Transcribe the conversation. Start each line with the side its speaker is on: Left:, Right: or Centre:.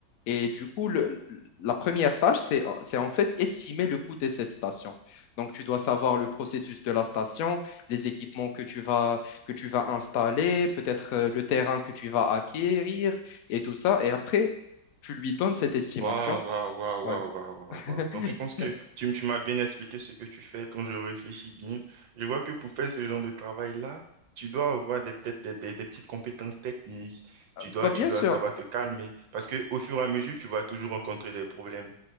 Left: Et du coup, le- la première tâche, c'est, c'est en fait estimer le coût de cette station. Donc, tu dois savoir le processus de la station, les équipements que tu vas, que tu vas installer, peut-être euh, le terrain que tu vas acquérir et tout ça. Et après, tu lui donnes cette estimation.
Right: Waouh, waouh, waouh,
Left: Ouais.
Right: waouh, waouh, waouh.
Left: <laughs>
Right: waouh. Donc, je pense que tu, m- tu m'as bien expliqué ce que tu fais quand je réfléchis bien. Je vois que pour faire ce genre de travail-là, tu dois avoir des, peut-être des, des- des petites compétences techniques. Tu
Left: Bah,
Right: dois,
Left: bien
Right: tu dois
Left: sûr.
Right: savoir te calmer parce que au fur et à mesure, tu vas toujours rencontrer des problèmes.